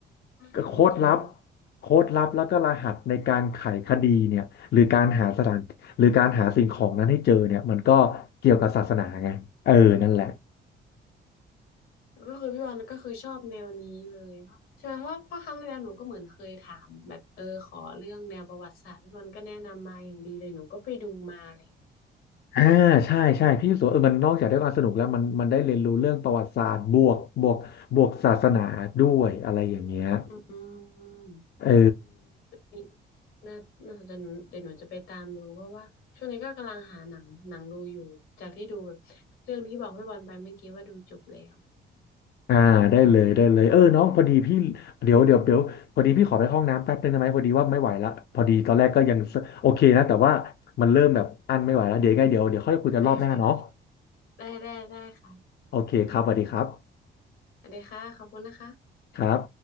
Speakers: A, on the left (about 90°); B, on the left (about 55°).
A: น่าสนใจนะ
B: โค้ดลับโค้ดลับแล้วก็รหัสในการไขคดีเนี่ยหรือการหาสถานหรือการหาสิ่งของนั้นให้เจอเนี่ยมันก็เกี่ยวกับศาสนาไงเออนั่นแหละ
A: ก็คือพี่วันก็คือชอบแนวนี้เลยเพราะใช่ไหมเพราะเพราะครั้งที่แล้วหนูก็เหมือนเคยถามแบบเออขอเรื่องแนวประวัติศาสตร์พี่วันก็แนะนำมาอย่างดีเลยหนูก็ไปดูมาอะไรอย่างเลย
B: อ่าใช่ใช่พี่รู้สึกว่าเออมันนอกจากได้ความสนุกแล้วมันมันได้เรียนรู้เรื่องประวัติศาสตร์บวกบวกบวกศาสนาด้วยอะไรอย่างเงี้ย
A: อื
B: เออ
A: ม น่าน่าสนใจหนูเดี๋ยวหนูจะไปตามดูเพราะว่าช่วงนี้ก็กำลังหาหนังหนังดูอยู่ จากที่ดูแบบเรื่องที่บอกพี่บอลไปเมื่อกี้ว่าดูจบแล้ว
B: อ่าได้เลยได้เลยเออน้องพอดีพี่เดี๋ยวเดี๋ยวเดี๋ยวพอดีพี่ขอไปเข้าห้องน้ำแป๊บนึงได้ไหมพอดีว่าไม่ไหวละพอดีตอนแรกก็ยังสโอเคนะแต่ว่ามันเริ่มแบบอั้นไม่ไหวแล้วเดี๋ยวยังไงเดี๋ยวเดี๋ยวค่อยคุยกันรอบหน้าเนาะ
A: โอเคโอเค ได้ ได้ ได้ค่ะ
B: โอเคครับสวัสดีครับ
A: สวัสดีค่ะ ขอบคุณนะคะ
B: ครับ